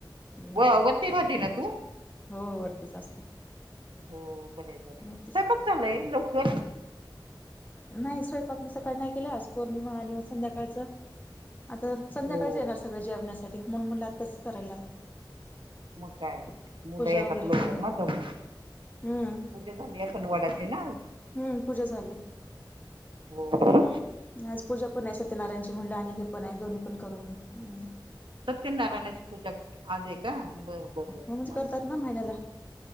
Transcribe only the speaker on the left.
हम्म
हो वरतीच असते.
वरतीच
नाही स्वयंपाक मी सकाळ नाही केला, आज पौर्णिमा आणि म संध्याकाळच आता संध्याकाळीच
येणार सगळं जेवण्यासाठी. म्हणून म्हणल आता बसू करायला.
पूजा
वगैरे
घेऊन
हम्म
हम्म पूजा झाली.
आज पूजा पण आहे सत्यनारायणची म्हणल आणि हे पण आहे दोन्ही पण करून हम.
हो
म्हणजे करतात
ना महिन्याला